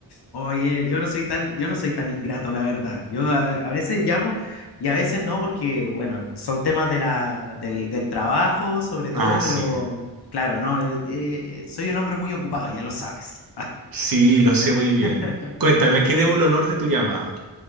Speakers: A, on the left; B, on the right.
A: Oye, yo no soy tan, yo no soy tan ingrato, la verdad. Yo a, a veces llamo y a veces no, porque, bueno, son temas de la, del, del trabajo, sobre todo,
B: Ah,
A: pero
B: sí.
A: claro, no, eh, eh, soy un hombre muy ocupado, ya lo sabes.
B: Sí, lo sé muy bien.
A: <laughs>
B: Cuéntame, ¿a qué debo el honor de tu llamado?